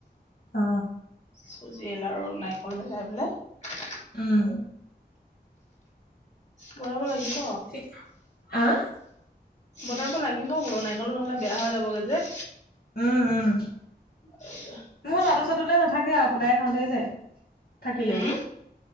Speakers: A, on the left; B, on the left.
A: অ।
B: চুজি লাৰু নাৰিকল মিলাই পেলাই-
A: উম।
B: বনাব লাগিব।
A: ঠিক। আহ
B: বনাব লাগিব বোলো নাৰিকলটো নহলে বেয়া হৈ যাবগৈ যে-
A: উম উম
B: <unintelligible>
A: মোৰ লাডু চাডুলে নাথাকে আৰু সুদায় খাওঁতেই যায় থাকিলেও-
B: হুম